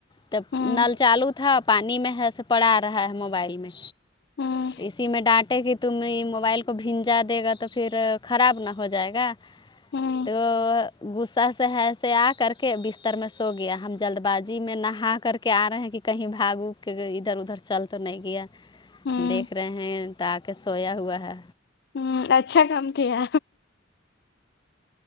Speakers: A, on the left; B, on the left.
A: تو
B: ہوں
A: نل چالو پانی میں ہے پڑا آ رہا ہے موبائل میں
B: ہوں
A: اسی ی میں ڈانٹے کہ تم یہ موبائل کو بھیھنجا دے گا تو پھر خراب نہ ہو جائے گا
B: ہوں
A: تو غصہ سے ہےس آ کر کےست بستر میں سو گیا ہم جلد بازی میں نہا کر کے آ رہے ہیں کہ کہیں بھاگ اوگ کے ادھر ادھر چل تو نہیں گیا
B: ہوں
A: دیکھ رہے ہیں ت آ کے سویا ہوا ہے
B: ہ اچھا کام کیا